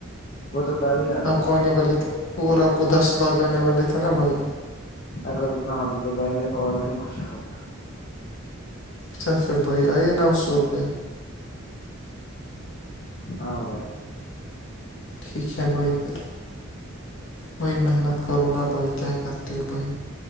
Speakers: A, on the left; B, on the left.
A: وہ تو کال ہی آ گئی
B: آپ کو آنے بولے اور آپ کو دس لاکھ آنے والے تھے نا بھائی
A: اگر اتنا ہوتا تو بھائی میں کال کیوں کسا ہوتا
B: اچھا پر بھائی آئیے نو سو روپئے
A: ہاں بھائی
B: ٹھیک ہے بھائی پھر بھائی محنت کرو نا بھائی کیا کرتے ہو بھائی